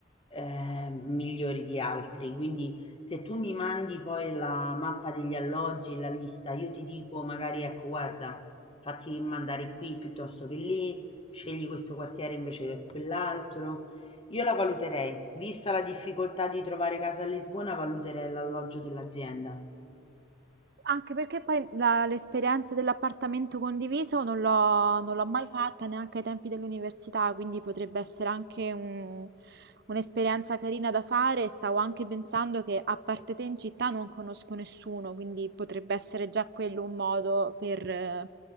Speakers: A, on the left; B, on the right.
A: eh, migliori di altri, quindi se tu mi mandi poi la mappa degli alloggi, la lista, io ti dico magari ecco, guarda, fatti mandare qui piuttosto che lì, scegli questo quartiere invece che quell'altro. Io la valuterei, vista la difficoltà di trovare casa a Lisbona valuterei l'alloggio dell'azienda.
B: Anche perché poi la- l'esperienza dell'appartamento condiviso non l'ho non l'ho mai fatta neanche ai tempi dell'università, quindi potrebbe essere anche un- un'esperienza carina da fare. Stavo anche pensando che a parte te in città non conosco nessuno, quindi potrebbe essere già quello un modo per eh,